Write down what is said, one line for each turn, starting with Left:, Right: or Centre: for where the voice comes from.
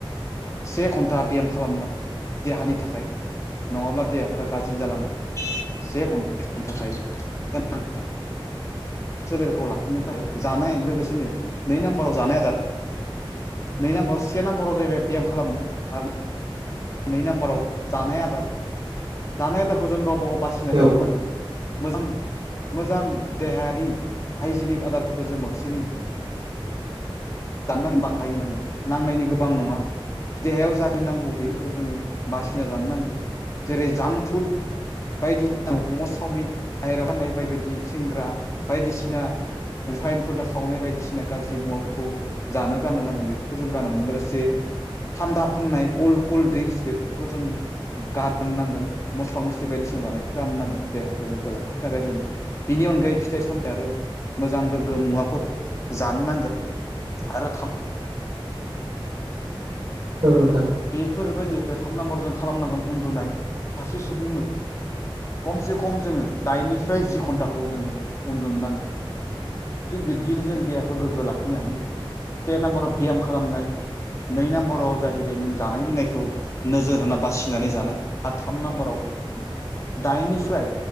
Left: से घन्टा बेयाम खालामनाय देहानि थाखाय नङाब्ला देहाफोरा गाज्रि जालांनो हमो से घन्टानि थाखाय <inaudible> सोलेरखौ लाखिनो थाखाय जानाय लोगोसेनो नै नाम्बाराव जानाय आदार नै नाम्बाराव से नाम्बाराव जाहैबाय बेयाम खालामनाय आरो नै नाम्बाराव जानाय आदार जानाय आदारखौ जों गावबा गाव बासिना
Right: औ
Left: जानो नांगोन मोजां मोजां देहायारि हाइजेनिक आदारफोरखौ जों बांसिनै जान नांगोन बाहायनांगोन नांनायनि गोबां नङा देहायाव जाखिनि नांगौ बे खौ जोङो बासिना जानो नांगौ जेरै जांफुड बायदिसिना मम' चावमिन बाहेरायाव फाननाय बाय बायदि सेंग्रा बायदिसिना फाइनफोर दाखावनाय बायदिसिना गाज्रि मुवाफोरखौ जानो गाननो नांगोन बेफोरखौ जों गाननो मोन लोगोसे थान्दा फाननाय कल कल्ड ड्रिंक्स बेफोरखौ जों गार नांगोन मस्ला मस्लि बायदिसिना जानायखौ गारनो नांगोन देहाखौ गोग्गो लाखिनो थाखाय जों बिनि अनगायै फिथाइ सामथाइ आरो मोजां गोग्गो मुवाफोर जानो नांगोन आरो थाम
Right: औ नोंथां
Left: बेफोरबायदि थाम नाम्बार जों खालामनांगोन उन्दुनाय सासे सुबुंनो खमसे खम जोङो दाइननिफ्राय जि घन्टाखौ जोङो उन्दुनो नांगोन थिग बिब्दिनो जों देहाखौ गोग्गो लाखिनो हायो से नाम्बाराव बियाम खालामनाय नै नाम्बाराव जाहैबाय नों जानाय लोंनायखौ नोजोर होना बासिनानै जानाय आरो थाम नाम्बाराव दाइननिफ्राय